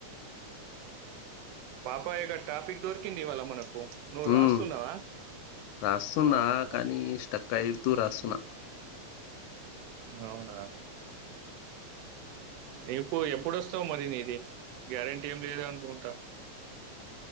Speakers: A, on the right (about 80°); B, on the left (about 80°).
A: పాపాయక్క టాపిక్ దొరికింది ఇవాళ మనకు నువ్వు
B: హ
A: రాస్తున్నావా?
B: రాస్తున్నా
A: అవునా?
B: కానీ స్టక్ అయితూ రాస్తున్నా
A: అవునా ఇప్పు ఎప్పుడొస్తావు మరి నీది గ్యారెంటీ ఏం లేదు అనుకుంటా